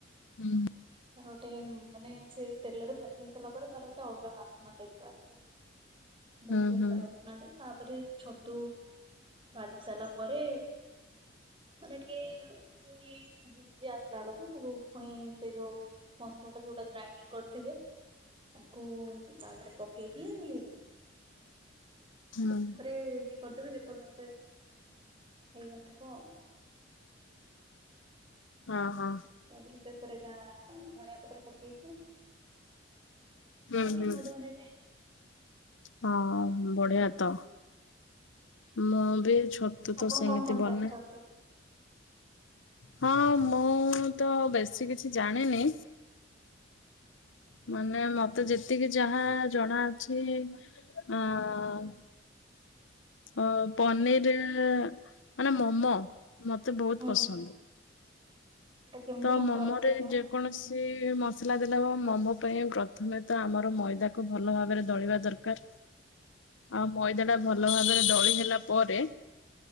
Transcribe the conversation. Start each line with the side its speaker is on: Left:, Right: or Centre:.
Left: ହୁଁ।
Right: ତାର ଗୋଟେ ମାନେ ସେ ତେଲରେ ଭାଜି ହେଇସାରିଲା ପରେ ତାର ଗୋଟେ ଅଲଗା ବାସ୍ନା ଟାଇପିର ଆସେ।
Left: <inaudible>
Right: ବହୁତ
Left: ହୁଁ
Right: ସୁନ୍ଦର
Left: ହୁଁ
Right: ବାସ୍ନାଟେ ତାପରେ ଛତୁ ହେଇ ସାରିଲା ପରେ ମାନେ ଟିକେ ସେ ଏଇ ସିଝି ସିଝି ଆସିଲା ବେଳକୁ ତାକୁ ପୁଣି ସେ ଯୋଉ ମସଲାଟା ଯୋଉଟା ଗ୍ରାଇଣ୍ଡିଙ୍ଗ କରିଥିବେ, ତାକୁ ତାଦେହରେ ପକେଇକି
Left: ହୁଁ
Right: ତାରେ ଇଏ କରିଦେବେ ଯେପର୍ଯ୍ୟନ୍ତ ହେଇନଥିବ ଆଉ
Left: ହଁ ହଁ।
Right: ତାପରେ ଶେଷରେ ଯା ଧଣିଆ ପତ୍ର ପକେଇକି
Left: ହୁଁ
Right: ତାପରେ
Left: ହୁଁ
Right: ମଜା ନେବେ।
Left: ହଁ ବଢିଆ ତ ମୁଁ ବି ଛୋ ତୁ
Right: ଆପଣ
Left: ତ ସେମିତି
Right: କଣ କଣ
Left: ବନା।
Right: ଜାଣିଛନ୍ତି?
Left: ହଁ ମୁଁ ତ ବେଶୀ କିଛି ଜାଣିନି। ମାନେ ମତେ ଯେତିକି ଯାହା ଜଣା ଅଛି। ଆଁ ଅ ପନିର ମାନେ ମୋମୋ ମତେ ବହୁତ
Right: ହୁଁ
Left: ପସନ୍ଦ।
Right: ସେଟା କେମିତି
Left: ତ
Right: କଣ
Left: ମୋମରେ
Right: କରନ୍ତି ଆପଣ?
Left: ଯେ କୌଣସି ମସଲା ଦେଲେ ମୋମୋ ପାଇଁ ପ୍ରଥମେ ତ ଆମର ମଇଦାକୁ ଭଲ ଭାବରେ ଦଳିବା ଦରକାର। ଆ ମଇଦାଟା ଭଲ ଭାବରେ ଦଳି ହେଲା ପରେ